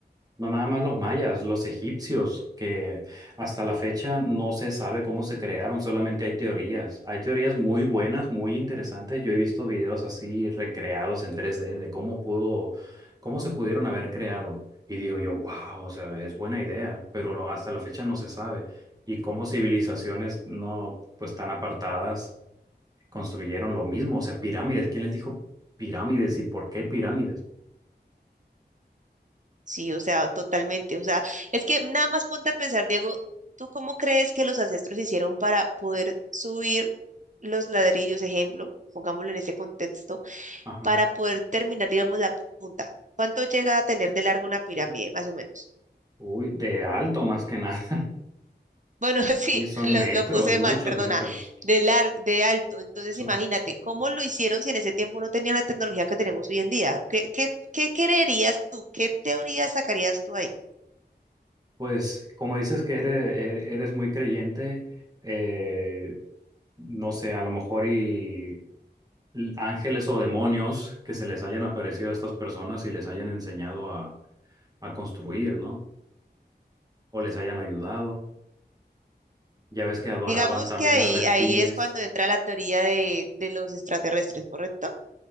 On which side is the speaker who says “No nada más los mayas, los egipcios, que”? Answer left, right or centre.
Right